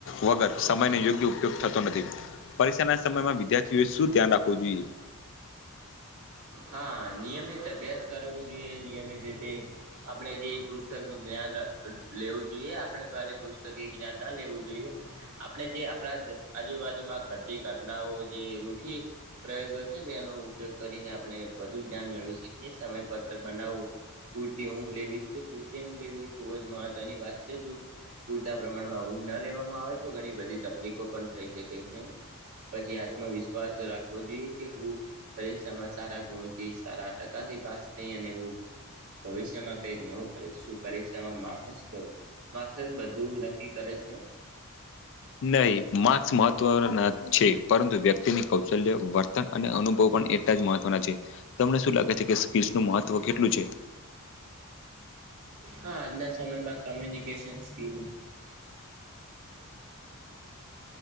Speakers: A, on the left (about 55°); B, on the right (about 75°).
A: વગર સમયને યોગ્ય ઉપયોગ થતો નથી પરીક્ષાના સમયમાં વિદ્યાર્થીઓએ શું ધ્યાન રાખવું જોઈએ
B: હા નિયમિત અભ્યાસ કરવો જોઈએ નિયમિત રીતે આપણે જે એ પુસ્તક નું જ્ઞાન લેવું જોઈએ આપણે કાલે પુસ્તક એ જ્ઞાન ના લેવું જોઈએ આપણે જે આપણા આજુબાજુમાં ઘટતી ઘટનાઓ જે રૂટી પ્રયોગો છે તેનો ઉપયોગ કરીને આપણે વધુ જ્ઞાન મેળવી શકીએ સમય પર બનાવ પૂરતી ઊંઘ લેવી પૂરતી ઊંઘ લેવી એ ખૂબ જ મહત્વની વાત છે જો પૂરતા પ્રમાણ પણ ઉઘ ના લેવામાં આવે તો ઘણી બધી તકલીફો પણ થઈ શકે છે પછી આત્મવિશ્વાસ રાખવો જોઈએ કે હું પરીક્ષામાં સારા ગુણ થી સારા ટકાથી પાસ થઈ એને એવુ ભવિષ્યમાં કઈક નવું કરીશું પરીક્ષામાં મા મારૂ બધું નક્કી કરે છે?
A: નહી માર્ક્સ મહત્વ છે પરંતુ વ્યક્તિની કૌશલ્ય વર્તન અને અનુભવ પણ એટલા જ મહત્વના છે તમને શું લાગે છે કે નું મહત્વ કેટલું છે
B: હા આજના સમય બાદ તમે <unintelligible> તે હાલમાં